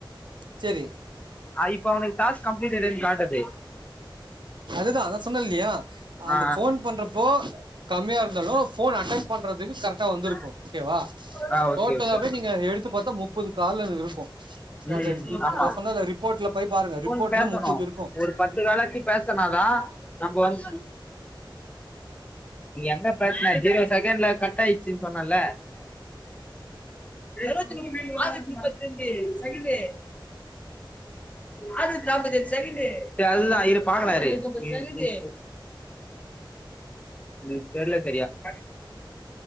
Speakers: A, on the right (about 65°); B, on the left (about 15°).
A: செரி
B: ஆ இப்ப அவனுக்கு டாஸ்க் கம்ளீட்டடுனு காட்டுதே
A: அதுதா அதா சொன்ன இல்லயா அந்த
B: ஆ
A: ஃபோன் பண்றப்போ கம்மியா இருந்தாலு ஃபோன் அட்டன் பண்றதுக்கு கரட் டா வந்துருக்கோ
B: ஆ
A: ஓகேவா
B: ஆ ஓகே
A: டோட்டலாவே
B: ஓகே
A: நீங்க எடுத்து பாத்தா முப்பது கால்ல இருக்கோ இப்போ
B: ம்
A: அத டிப்
B: ஆமா
A: நா சொன்னல ரிப்போர்ட்ல போய் பாருங்க
B: ஃபோன்
A: ரிப்போர்ட்ல
B: பேசணு
A: முப்பது இருக்கோ
B: ஒரு பத்து கால்லாச்சு பேசனாதா நம்போ வந்து நீ எங்க பேசன ஜீரோ செகண்ட்ல கட் ஆயிச்சுன்னு சொன்னல இருபத்தி ஆற்நூத்தி முப்பத்தி ரெண்டு செகண்டு ஆற்நூத்தி நாப்பத்தஞ்சு செகேண்டு ஆற்நூத்தி நாப்பத்தஞ்சு செகேண்டு இவ கைல கேக்லா ஃப்ரீயா இருக்கியானு